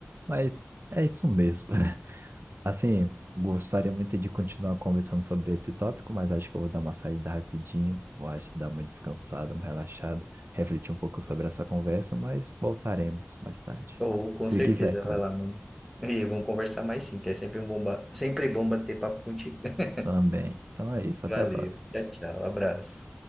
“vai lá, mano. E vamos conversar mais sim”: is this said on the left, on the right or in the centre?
Centre